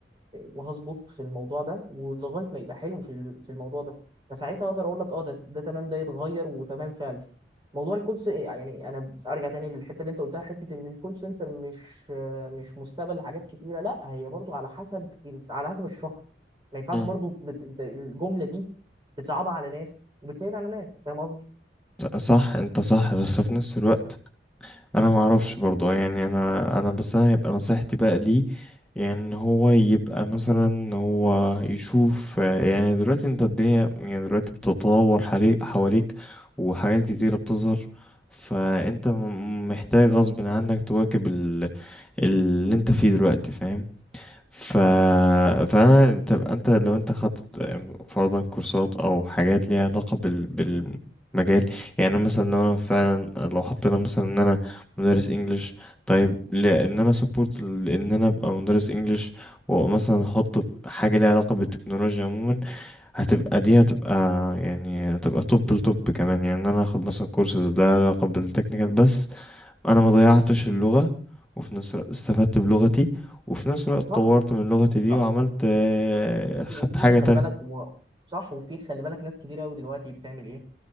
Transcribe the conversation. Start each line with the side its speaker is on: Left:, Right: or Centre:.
Right: وهظبط في الموضوع ده ولغايه ما يبقى حلو في ال- في الموضوع ده فساعتها اقدر اقول لك اه ده ده تمام ده يتغير وتمام فعلا موضوع الكول س- يعني انا ارجع تاني للحته اللي انت قلتها حته ان الكول سنتر مش مش مستقبل لحاجات كتيره لا هي برضو على حسب على حسب الشخص ما ينفعش
Centre: امم
Right: برضو بت... أنت الجمله دي بتصعبها على ناس وبتسهل على ناس فاهم قصدي
Centre: صح انت صح بس في نفس الوقت انا ما اعرفش برضو يعني انا انا بس انا هيبقى نصيحتي بقى ليه يعني إن هو يبقى مثلا إن هو يشوف آه، يعني دلوقتي انت الدنيا يعني دلوقتي بتتطور حالي- حواليك وحاجات كتيرة بتظهر فانت م- محتاج غصب عنك تواكب ال- اللي انت فيه دلوقتي فاهم ف فانا تبقى انت لو انت خدت يعني فرضا كورسات او حاجات ليها علاقه بال... بالمجال يعني أنا مثلا لو انا فعلا لو حطينا مثلا ان انا مدرس انجليش طيب لان انا سبورت ان انا ابقى مدرس انجليش ومثلا احط حاجه ليها علاقه بالتكنولوجيا عموما هتبقى دي هتبقى يعني هتبقى توب التوب كمان يعني ان انا اخد مثلا كورس ده علاقه بالتكنيكال بس انا ما ضيعتش اللغة وفي نفس الوقت استفدت بلغتي وفي نفس الوقت
Right: صح
Centre: طورت من لغتي دي
Right: صح
Centre: وعملت آه، خدت
Right: وفي
Centre: حاجة
Right: ناس خلي
Centre: تانية
Right: بالك و... صح وفي خلي بالك ناس كتير قوي دلوقتي بتعمل ايه